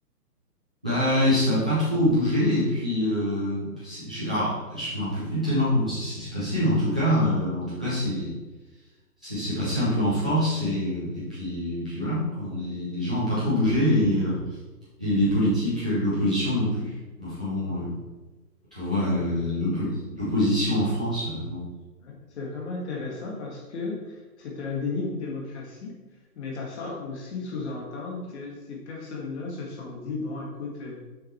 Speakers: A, in the centre; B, on the left (about 45°).
A: Bah, ça n'a pas trop bougé, et puis, euh, c'est- je, alors, je me rappelle plus tellement comment ça s'est passé, mais en tout cas, euh, en tout cas, c'est. c'est c'est passé un peu en force et, euh, et puis, et puis voilà, quoi. On est- les gens n'ont pas trop bougé et, euh, et les politiques, euh, l'opposition non plus. Mais Enfin bon,
B: Mm.
A: euh, tu vois, euh,
B: Euh,
A: l'oppo- l'opposition en France, euh, bon.
B: ouais. C'est vraiment intéressant parce que c'est un déni de démocratie, mais ça semble aussi sous-entendre que ces personnes-là se sont dit, bon, écoute, euh,